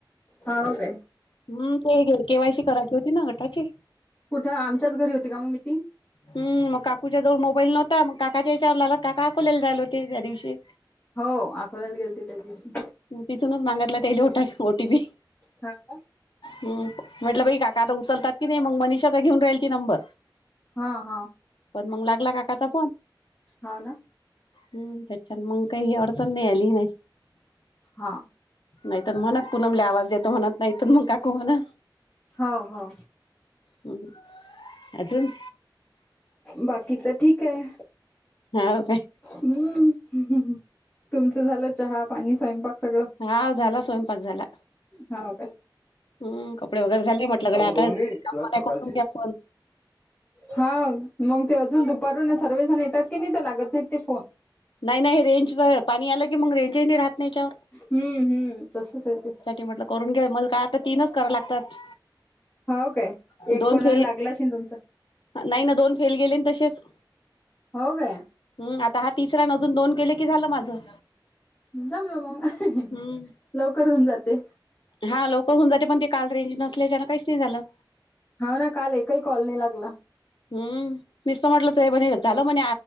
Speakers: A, on the left; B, on the left.
A: हा हो का
B: हम् ते घे केवाय सी करायची होती ना गटाची
A: कुठं आमच्याच घरी होती का मग मी ती
B: हम् मग काकूच्या जवळ मोबाईल नव्हता मग काकाच्या विचार लाला काका अकोल्याला जायला होते त्या दिवशी
A: हो अकोल्याला गेलते त्या दिवशी
B: तिथूनच मागतला ते ओटीपी
A: सांगू
B: हम म्हटलं बाई काका आता उचलतात कि नाही मग मनिषाचा घेऊन राहील ती नंबर
A: हा हा
B: पण मग लागला काकाचा फोन
A: हो ना
B: हम्म त्याच्या मग काही ही अडचण नाही आली नाही
A: हा
B: नाहीतर म्हणत पुूनमला आवाज येतो म्हणत नाहीत मग काकू म्हणा
A: हो हो
B: ह अजून
A: बाकी तर ठीक आहे
B: हो का
A: हम्म तुमचं झालं चहा पाणी स्वयंपाक सगळं
B: हा झाला स्वयंपाक झाला
A: हो का
B: हम कपडे वगैरे झाले म्हटलं कडे आता
A: लोणी
B: एला
A: दुधात कुट घालशील?
B: कोून घ्या फण
A: हा मग ते अजून दुपारून सर्वजण येतात की नाही तर लागत नाहीत ते फोन
B: नाही नाही रेंज तर पाणी आलं की मग रेंजही नाही राहत नाही याच्यावर
A: हम्म हम्म तसच आहे ते
B: सा म्हटल करून घे मल का आता तीनच कराव लागतात
A: हो काय एक
B: दोन
A: कोणाला
B: फेल
A: लागलाश ना तुमचा
B: नाही ना दोन फेल गेले तसेच
A: हो गया
B: हम् आता हा तिसरा न अजून दोन केले की झालं माझं
A: जमलं मग
B: हम्
A: लवकर होऊन जाते
B: हा लवकर होऊन जाते पण ते काल रेंज नसल्याच्यानं काहीच नाही झालं
A: हा ना काल एकही कॉलनी लागला
B: हम्म मीसत म्हटलं तर म्हणे झालं म्हणे